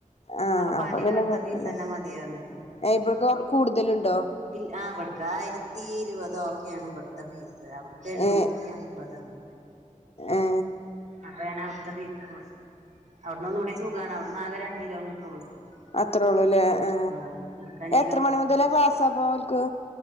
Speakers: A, on the left; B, on the right.
A: ആ
B: അപ്പൊ പാണ്ട്യകാലത്തെ
A: പിന്നെ കൊഴപ്പല്ല
B: ഫീസ് തന്നെ മതിപറണാകുന്നു
A: ഇവിടക്ക് കൂടുതലുണ്ടോ
B: ഇല്ല ആവിടുക്ക ആയിരത്തി ഇരുപത് ഓക്കെയ ആണ് ഇവിടു ത്തെ ഫിസ് അവിടക് യെന്നുറ്റി
A: ഏ
B: അമ്പതാണ്
A: ഏ
B: അപ്പൊ ഞാൻ അവിടുത്തെ ഫീസ കൊടുത്തിന് അവിടുന്ന് ഒന്ന കൂടി സുഖമാണ് അവിടന്ന് ആകെ രണ്ട് കിലോമീറ്റർ ഒള്ളൂ സ്കൂൾക്ക്
A: അത്രയള്ളൂ അല്ലേ ഏ
B: ആഹ് ഇവിട്ക്ക് അഞ്ച്
A: എത്ര മണി മുതലേ ക്ലാസ്സാപ്പ ഓല്ക്ക്